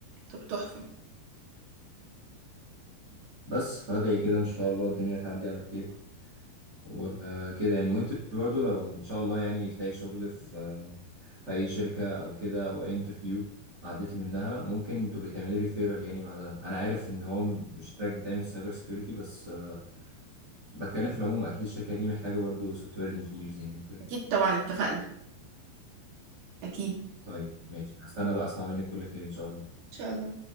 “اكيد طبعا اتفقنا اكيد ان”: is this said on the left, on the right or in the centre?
Right